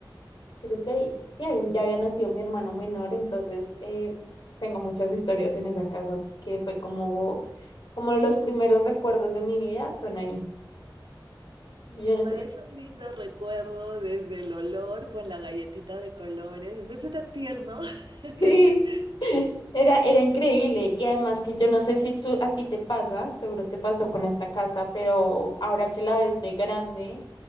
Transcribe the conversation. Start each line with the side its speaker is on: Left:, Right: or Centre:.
Left: Creo que ahí-
Right: M-
Left: sí, ahí ya había nacido mi hermano menor, entonces eh, tengo muchas historias en esa casa que fue como, como los primeros recuerdos de mi vida son ahí.
Right: Me
Left: Yo no
Right: parece
Left: sé
Right: un lindo recuerdo desde el olor con la galletita de colores. Me parece tan tierno. <laughs>
Left: Sí, era, era increíble. Y además que yo no sé si tú, a ti te pasa, seguro te pasó con esta casa, pero ahora que la ves de grande,